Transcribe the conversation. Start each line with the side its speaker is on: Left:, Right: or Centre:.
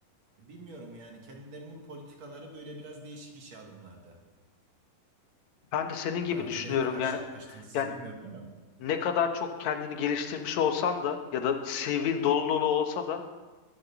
Right: Bilmiyorum yani kendilerinin politikaları böyle biraz değişik işe alımlarda.
Left: Ben de senin
Right: Yani
Left: gibi
Right: daha önce
Left: düşünüyorum.
Right: nelerle karşılaştınız
Left: Yani
Right: siz
Left: yani
Right: bilmiyorum ama
Left: ne kadar çok kendini geliştirmiş olsan da ya da CV'nin dolu dolu olsa da